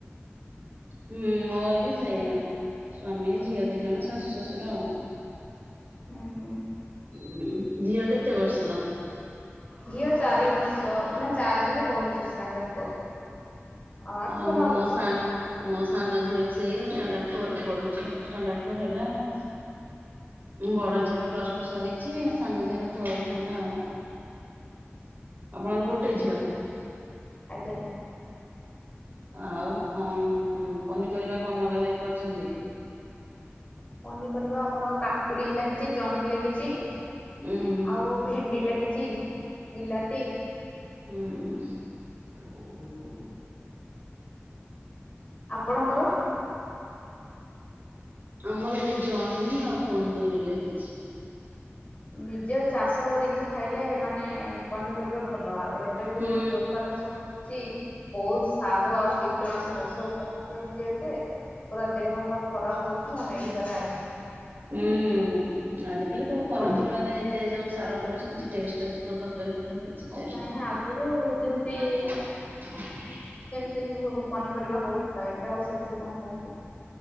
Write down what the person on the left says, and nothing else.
ହୁଁ ହୁଁ।
ଝିଅ ଚାରି ବର୍ଷ ମାନେ ଚାରିରେ ପଡୁଛି ଷ୍ଟାଣ୍ଡାଡ଼ ଫୋର୍। ଆଠ
ନଅ
ବର୍ଷ
ହେଲା।
ଆଜ୍ଞା।
ପନିପରିବା ଆମର କାକୁଡି ଲାଗିଚି ଜହ୍ନି ଲାଗିଚି।
ଆଉ ଭେଣ୍ଡି ଲାଗିଛି ବିଲାତି।
ଆପଣଙ୍କର?
ନିଜେ ଚାଷ କରିକି ଖାଇଲେ ମାନେ ପନିପରିବା ଭଲ ଆଉ ଏବେ ଯୋଉ
ଦୋକାନରେ ସବୁ ମିଳୁଛି ବହୁତ ସାର ଆଉ କୀଟନାଶକ ଔଷଧ ପକଉଛନ୍ତି। ଇଏ ତେ ପୁରା ଦେହପା ଖରାପ ହଉଛି ଆଉ ମେଡିକାଲ୍ ଆଣିବେ।
ଆ
ନାହିଁ ଆଗରୁ ଯେମିତି
ସେସବୁ ପନିପରିବା ହଉଥିଲା ଏବେ ଆଉ ସେମିତି କଣ ହଉଚି।